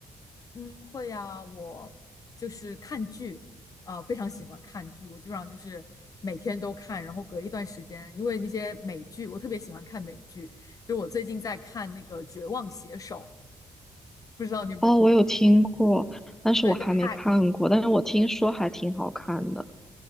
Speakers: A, on the left; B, in the centre.
A: 嗯会呀，我就是看剧，啊、非常喜欢看剧，我基本上就是每天都看，然后隔一段时间，因为那些美剧，我特别喜欢看美剧，就是我最近在看那个《绝望写手》，不知道你有没有听说？
B: 哦，我有听过，但是我还没看过，
A: 对，就 Hack，
B: 但是我听说还挺好看的。